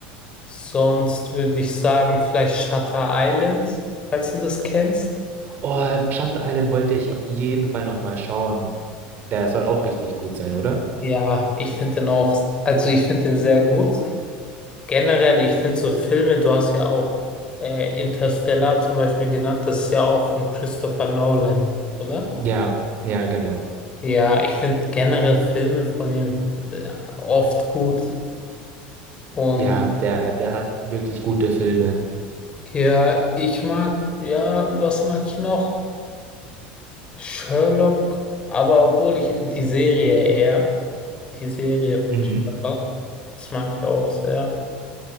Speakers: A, on the left; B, on the right.
A: sonst würde ich sagen, vielleicht Shutter Island, falls du das kennst.
B: Oh, Shutter Island wollte ich auf jeden Fall nochmal schauen. Der soll auch richtig gut sein, oder?
A: Ja, ich finde den auch, also ich finde den sehr gut. Generell, ich finde so Filme, du hast ja auch äh, Interstellar zum Beispiel genannt, das ist ja auch von Christopher Nolan, oder?
B: Ja, ja, genau.
A: Ja, ich finde generell Filme von ihm äh, oft gut. Und
B: Ja, der, der hat wirklich gute Filme.
A: ja, ich mag, ja, was mag ich noch? Sherlock, aber obwohl ich die Serie eher, die Serie von
B: Mhm.
A: Sherlock, das mag ich auch sehr.